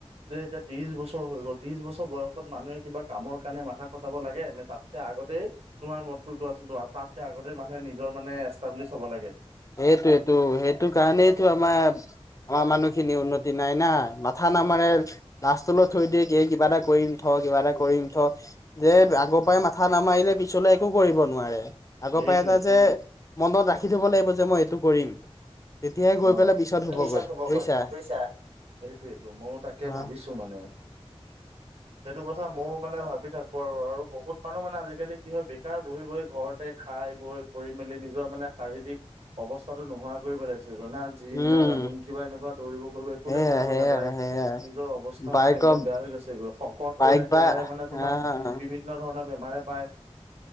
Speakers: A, on the right; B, on the left.
A: যে এতিয়া ত্ৰিশ বছৰ হৈ গ'ল ত্ৰিশ বছৰ বয়সত মানুহে কিবা কামৰ কাৰণে মাথা কটাব লাগে নে তাত। আগতেই তোমাৰ মদতটো দোৱাচোন তাতকে আগতেই মানুহে নিজৰ মানে এষ্টাব্লিছ হ'ব লাগে।
B: সেইটো এইটো সেইটো কাৰণেটো আমাৰ আমাৰ মানুহখিনি উন্নতি নাই না মাথা নামাৰে। লাষ্টলৈ থৈ দিয়ে কি কিবা এটা কৰিম থ কিবা এটা কৰিম থ যে আগৰ পৰাই মাথা নামাৰিলে পিছলৈ একো কৰিব নোৱাৰে। আগৰ
A: সেইটোৱেটো
B: পৰা এটা যে মনত ৰাখি থব লাগিব যে মই এইটো কৰিম তেতিয়াই গৈ
A: অ
B: পেলাই পিছত হবগৈ
A: টি চাৰট হব
B: বুজিছা
A: কৰি তুইছা সেইটোয়েইটো ময় তাকে
B: অ
A: ভাবিছো মানে সেইটো কথা ময় মানে ভাবি থাকো আৰু আৰু বহুত মানুহ মানে আজিকালি কি হয় বেকাৰ বহি বহি ঘৰতে খাই বৈ পৰি মেলি নিজৰ মানে শাৰীৰিক অৱস্থাতটো নোহোৱা কৰি পেলাইছে না জিম
B: উম
A: না ৰাণিং কিবা এনেকুৱা দৌৰিব কৰিব একোট
B: সেয়াই
A: কৰিব
B: সেয়াই
A: নাযায়
B: সেয়াই
A: নিজৰ অৱস্থা
B: বাইকৰ
A: মানে একদম বেয়া হৈ গৈছে শকত
B: বাইক
A: হৈ একেবাৰে
B: বা
A: মানে তোমাৰ
B: আহ
A: উ বিভিন্ন ধৰণৰ বেমাৰে পায়